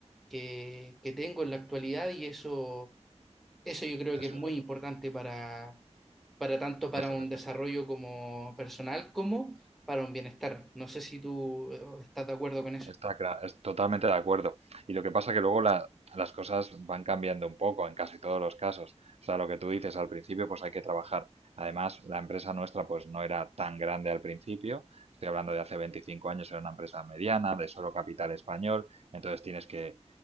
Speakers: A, in the centre; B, on the right.
A: que, que tengo en la actualidad y eso, eso yo creo
B: eso
A: que es muy
B: es,
A: importante para, para tanto para
B: eso
A: un
B: es,
A: desarrollo
B: eso es.
A: como personal como para un bienestar. No sé si tú eh, estás de acuerdo con eso.
B: Está cla- es totalmente de acuerdo. Y lo que pasa que luego la- las cosas van cambiando un poco en casi todos los casos. O sea, lo que tú dices al principio, pues hay que trabajar. Además, la empresa nuestra pues no era tan grande al principio. Estoy hablando de hace 25 años, era una empresa mediana, de solo capital español. Entonces tienes que